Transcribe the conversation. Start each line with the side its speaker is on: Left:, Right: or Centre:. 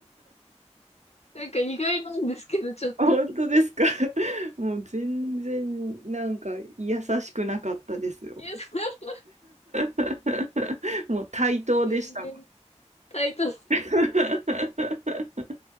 Left: ん、なんか意外なんですけど、
Right: <laughs>
Left: ちょっと。
Right: あ本当ですか。<laughs> もう全然なんか優しくなかったですよ。
Left: いや、そう
Right: <laughs> もう対等でしたもん。
Left: えー、<laughs> タイト。
Right: <laughs>